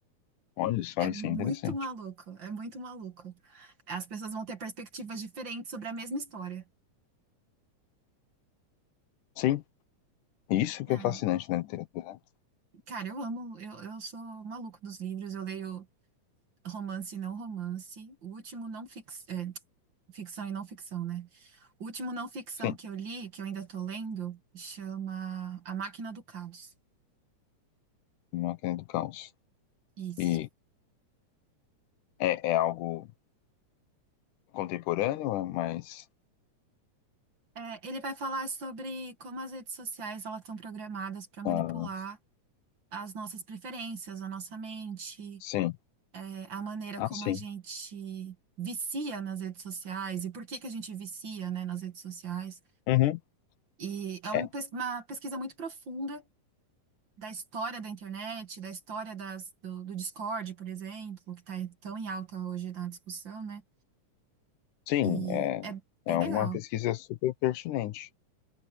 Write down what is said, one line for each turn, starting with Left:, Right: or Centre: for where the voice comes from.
Left: Olha só,
Right: É
Left: isso
Right: muito
Left: é interessante.
Right: maluco, é muito maluco. As pessoas vão ter perspectivas diferentes sobre a mesma história.
Left: Sim, isso que
Right: É,
Left: é fascinante na literatura. né?
Right: cara, eu amo, eu, eu sou maluco dos livros, eu leio romance e não romance, o último não fix, é, ficção e não ficção, né? O último não ficção
Left: Sim,
Right: que eu li, que eu ainda tô lendo, chama A Máquina do Caos.
Left: Máquina do Caos.
Right: Isso.
Left: E é, é algo contemporâneo, é mais.
Right: É, ele vai falar sobre como as redes sociais elas estão programadas para manipular
Left: ah,
Right: as nossas preferências, a nossa mente,
Left: sim.
Right: é, a maneira
Left: Ah,
Right: como
Left: sim.
Right: a gente vicia nas redes sociais e por que que a gente vicia, né, nas redes sociais.
Left: Uhum.
Right: E é
Left: É,
Right: um pes- uma pesquisa muito profunda da história da internet, da história das- do, do Discord, por exemplo, que está tão em alta hoje na discussão, né?
Left: sim,
Right: E
Left: é,
Right: é bem
Left: é
Right: legal.
Left: uma pesquisa super pertinente.